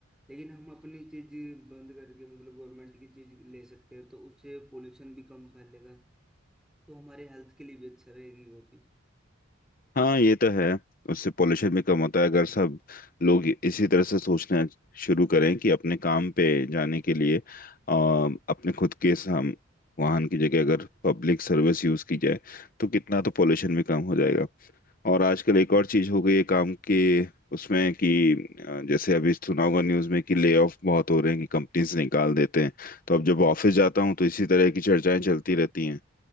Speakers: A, in the centre; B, on the left.
A: लेकिन हम अपनी चीज़ बंद करके मतलब गवर्नमेंट की चीज़ ले सकते हैं तो उससे पोल्यूशन भी कम फैलेगा तो हमारे हेल्थ के लिए भी अच्छा रहेगी वो चीज़
B: हाँ ये तो है उससे पोल्यूशन भी कम होता है अगर सब लोग इसी तरह से सोचना शुरू करें कि अपने काम पे जाने के लिए अ, अपने खुद के साम- वाहन की जगह अगर पब्लिक सर्विस यूज की जाए तो कितना तो पोल्यूशन भी कम हो जाएगा और आजकल एक और चीज हो गई है काम के उसमें कि अ, जैसे अभी सुना होगा न्यूज में कि ले ऑफ बहुत हो रहे हैं कि कंपनीज निकाल देते हैं तो अब जब ऑफिस जाता हूँ तो इसी तरह की चर्चाएं चलती रहती हैं